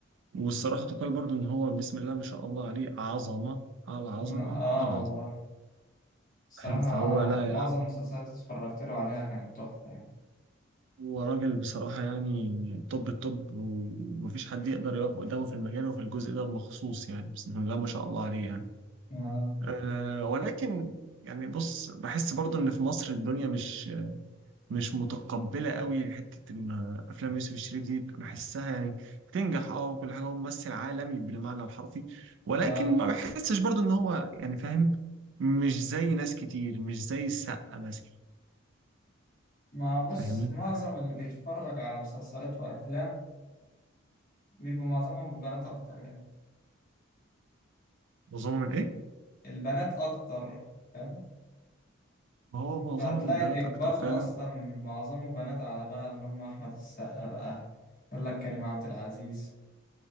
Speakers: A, on the right; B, on the left.
A: والصراحة تقال برضو إن هو بسم الله ما شاء الله عليه عظمة على عظمة
B: م- آه
A: على عظمة
B: والله الصراحة
A: فاهم فهو لا
B: معظم
A: لا
B: المسلسلات اللي اتفرجت له عليها كانت تحفة يعني
A: هو راجل بصراحة يعني توب التوب ومفيش حد يقدر يقف قدامه في المجال وفي الجزء ده بمخصوص يعني بسم الله ما شاء الله عليه يعني
B: آه
A: أه ولكن يعني بص بحس برضو إن في مصر الدنيا مش مش متقبله قوي حته ان افلام يوسف الشريف دي بحسها يعني بتنجح اه وكل حاجه هو ممثل عالمي بالمعنى الحرفي ولكن
B: آه
A: ما بحسش برضو ان هو يعني فاهم مش زي ناس كتير مش زي السقا مثلا
B: ما بص
A: فاهمني
B: معظم اللي بيتفرج على مسلسلات وأفلام بيبقى معظمهم البنات أكتر يعني
A: معظمهم الايه
B: البنات أكتر فاهم
A: ما هو معظمهم
B: فتلاقي
A: البنات
B: الإقبال
A: اكتر فعلا
B: أصلا معظمه بنات على بقى اللي هم أحمد السقا بقى يقول لك كريم عبد العزيز